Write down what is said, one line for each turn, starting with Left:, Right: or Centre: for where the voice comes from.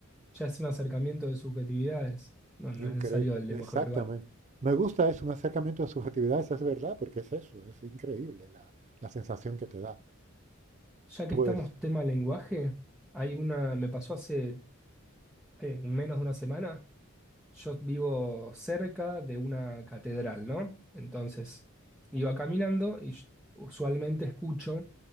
Centre: Ya es un acercamiento de subjetividades. No, no
Right: increíble,
Centre: es necesario el lenguaje
Right: exactamente.
Centre: verbal.
Right: Me gusta, es un acercamiento de subjetividad, esa es verdad, porque es eso, es increíble la, la sensación que te da.
Centre: Ya
Right: Pues,
Centre: que estamos tema lenguaje, hay una. Me pasó hace ¿qué? menos de una semana Yo vivo cerca de una catedral, ¿no? Entonces iba caminando y sh- usualmente escucho